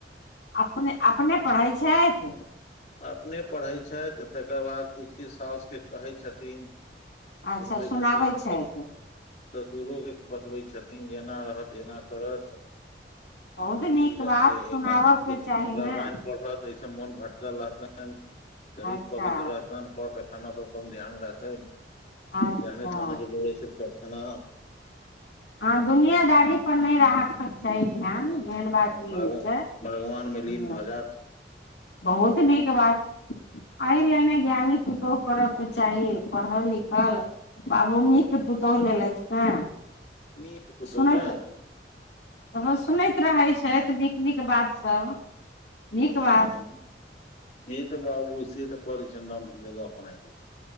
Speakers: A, on the left; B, on the left.
A: अपने अपने पढ़ैत छैथ
B: अपने पढ़ैत छैथ तकर बाद किछ किछ सासुकेँ कहै छथिन
A: अच्छा
B: सुनबै
A: सुनाबै
B: छथिन
A: छथि
B: सस ससुरोके बतबै छथिन जे एना रहत एना करत ऐय
A: बहुत नीक
B: से इ रहते
A: बात सुनाबऽ के चाही ने
B: रामायण पढ़त तास मोन भटकल रहतेन शरीर
A: अच्छा
B: पवित्र रहतेन पर पैखाना पर कम ध्यान रहतै
A: अच्छा
B: जने तने बोलै छै पैखाना
A: अहाँ दुनियादारी पर नय राहक सक चाही
B: ह
A: ध्यान
B: ह
A: मेन बात ई
B: भगवान
A: होइ छै हँ
B: भगवान मे लीन भऽ जायत
A: बहुत नीक बात एहि लेल नै ज्ञानी पुतौह कर के चाही पढ़ल लिखल। बाबुनीके पुतौहु लेलथि ने
B: नीक पुतहु
A: सुनैत।
B: छैन
A: त ओ सुनैत रहैत छथि। नीक नीक बात सब। नीक
B: हूँ
A: बात
B: हूँ से तऽ बाबू से तऽ कलै <unintelligible> छै